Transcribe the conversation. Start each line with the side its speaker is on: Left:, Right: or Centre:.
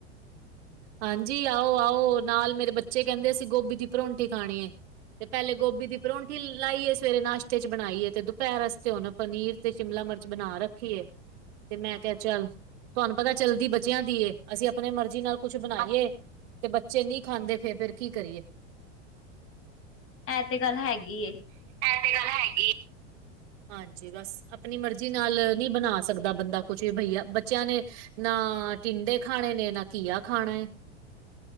Right: ਹਾਂਜੀ, ਆਓ-ਆਓ ਨਾਲ ਮੇਰੇ ਬੱਚੇ ਕੈਂਦੇ, ਅਸੀਂ ਗੋਭੀ ਦੀ ਪਰੋਂਠੀ ਖਾਣੀ ਏ। ਤੇ ਪੈਲੇ ਗੋਭੀ ਦੀ ਪਰੋਂਂਠੀ ਲਾਈਏ, ਸਵੇਰੇ ਨਾਸ਼ਤੇ ਚ ਬਣਾਈਏ। ਤੇ ਦੁਪੈਰ ਵਸਤੇ ਹੁਣ ਪਨੀਰ ਤੇ ਸ਼ਿਮਲਾ ਮਿਰਚ ਬਣਾ ਰੱਖੀ ਏ। ਤੇ ਮੈਂ ਕਿਆ ਚੱਲ। ਤੁਹਾਨੂੰ ਪਤਾ ਚੱਲਦੀ ਬੱਚਿਆਂ ਦੀ ਏ। ਅਸੀਂ ਆਪਣੇ ਮਰਜ਼ੀ ਨਾਲ ਕੁਛ ਬਣਾਈਏ ਤੇ, ਬੱਚੇ ਨੀ ਖਾਂਦੇ ਫੇਰ। ਫੇਰ ਕੀ ਕਰੀਏ।
Left: ਐ ਤੇ ਗੱਲ ਹੈਗੀ ਏ।
Right: ਐ ਤੇ ਗੱਲ ਹੈਗੀ। ਹਾਂਜੀ ਬਸ, ਆਪਣੀ ਮਰਜ਼ੀ ਨਾਲ ਨੀ ਬਣਾ ਸਕਦਾ ਬੰਦਾ ਕੁੱਛ। ਵੀ ਬਈਆ ਬੱਚਿਆਂ ਨੇ ਨਾ ਟਿੰਡੇ ਖਾਣੇ ਨੇ, ਨਾ ਘੀਆ ਖਾਣਾ ਏ।